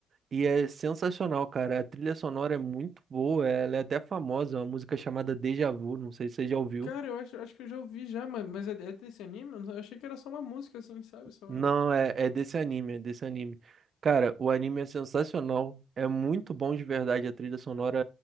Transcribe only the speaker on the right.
e é sensacional, cara. A trilha sonora é muito boa, ela é até famosa, é uma música chamada Deja Vu, não sei se você já ouviu.
Não, é, é desse anime, é desse anime. Cara, o anime é sensacional, é muito bom de verdade, a trilha sonora